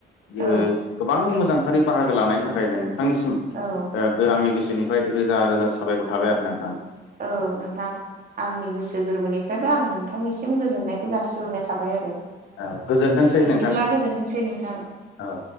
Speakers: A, on the right; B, on the left.
A: औ
B: ओ गोबां मोजांथारै बाहागो लानायनि थाखायनो नोंथांनिसिम
A: औव
B: आंनि गोसोनिफ्राय रोजा रोजा साबायखर थाबाय आरो ना नोंथां।
A: औव नोंथां आंनि गोसो गोरबोनिफ्रायबो आं नोंथांनिसिम गोजोननायखौ जासिहरनाय थाबाय आरो।
B: औ गोजोनथोंसै
A: बिदिब्ला
B: नोंथां
A: गोजोनथोंसै नोंथां।
B: औव।